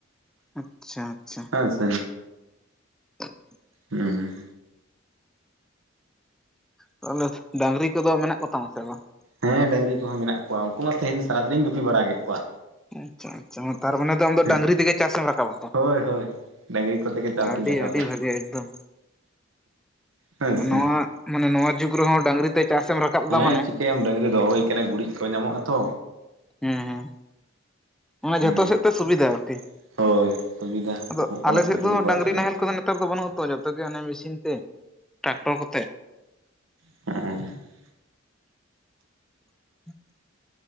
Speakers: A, in the centre; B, on the right.
A: ᱟᱪᱪᱷᱟ ᱟᱪᱪᱷᱟ
B: ᱦᱮᱸ ᱥᱮ
A: <inaudible>
B: ᱦᱩᱸ
A: ᱛᱟᱦᱚᱞᱮ ᱰᱟᱝᱨᱤ ᱠᱚᱫᱚ ᱢᱮᱱᱟᱜ ᱠᱚ ᱛᱟᱢᱟ ᱥᱮ ᱵᱟᱝ?
B: ᱦᱮᱸ ᱰᱟᱹᱝᱨᱤ ᱠᱚᱦᱚᱸ ᱢᱮᱱᱟᱜ ᱠᱚᱣᱟ ᱩᱱᱠᱩ ᱛᱮᱦᱮᱧ ᱥᱟᱨᱟ ᱫᱤᱱᱤᱧ ᱜᱩᱯᱤ ᱵᱟᱲᱟ ᱠᱮᱫ ᱠᱚᱣᱟ
A: ᱟᱪᱪᱷᱟ ᱟᱪᱪᱷᱟ ᱛᱟᱨ ᱢᱟᱱᱮ ᱫᱚ ᱟᱢ ᱫᱚ
B: ᱦᱮᱸ
A: ᱰᱟᱝᱨᱤ ᱛᱮᱜᱮ ᱪᱟᱥᱮ ᱮᱢ ᱨᱟᱠᱟᱵᱟ
B: ᱦᱳᱭ ᱦᱳᱭ ᱰᱟᱹᱝᱨᱤ ᱠᱚᱛᱮ ᱜᱮ ᱪᱟᱥ
A: ᱶᱟᱹᱰᱤ
B: ᱫᱩᱧ ᱨᱟᱠᱟᱵᱟ
A: ᱟᱹᱰᱤ ᱵᱷᱟᱜᱮ ᱮᱠᱫᱚᱢ
B: ᱦᱮᱸᱥᱮ
A: ᱱᱚᱣᱟ ᱢᱟᱱᱮ ᱱᱚᱣᱟ ᱡᱩᱜᱽ ᱨᱮᱦᱚᱸ ᱰᱟᱹᱝᱨᱤ ᱛᱮ ᱪᱟᱥᱮᱢ ᱨᱟᱠᱟᱵ ᱫᱟ
B: ᱦᱮᱸ
A: ᱢᱟᱱᱮ
B: ᱪᱤᱠᱟᱹᱭᱟᱢ ᱰᱟᱹᱟᱝᱨᱤ ᱫᱚᱦ ᱦᱩᱭᱠ ᱜᱩᱨᱤᱡ ᱠᱚ ᱧᱟᱢᱚᱜᱼᱟ ᱛᱚ
A: ᱦᱮᱸ ᱦᱮᱸ ᱚᱱᱟᱮ
B: ᱦᱩᱸ
A: ᱡᱷᱚᱛᱚ ᱥᱮᱫ ᱛᱮ ᱥᱩᱵᱤᱫᱷᱟ ᱟᱨᱠᱤ
B: ᱦᱳᱭ ᱥᱩᱵᱤᱫᱷᱟ
A: ᱟᱫᱚ
B: ᱧᱟᱢᱚᱜ ᱠᱟᱱᱟ
A: ᱟᱞᱮ
B: ᱥᱮ
A: ᱥᱮᱫ
B: ᱰᱟᱹᱝᱨᱤ
A: ᱫᱚ
B: ᱠᱚ
A: ᱰᱟᱝᱨᱤ
B: ᱟᱛᱮᱫ ᱫᱚ
A: ᱱᱟᱦᱮᱞ ᱠᱚᱫᱚ ᱴᱟᱠᱴᱟᱨ ᱫᱚ ᱵᱟᱹᱱᱩᱜ ᱟ ᱛᱚᱣᱟ ᱡᱚᱛᱚ ᱜᱮ ᱚᱱᱮ ᱢᱮᱥᱤᱱ ᱛᱮ ᱴᱨᱟᱠᱴᱚᱨ ᱠᱚᱛᱮ
B: ᱚ
A: <inaudible>